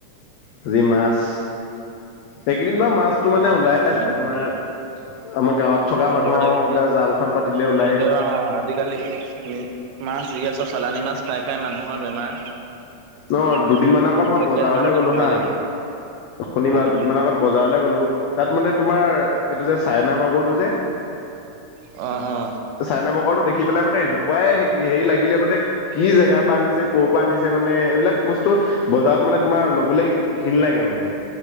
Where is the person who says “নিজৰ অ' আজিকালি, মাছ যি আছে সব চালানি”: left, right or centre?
Right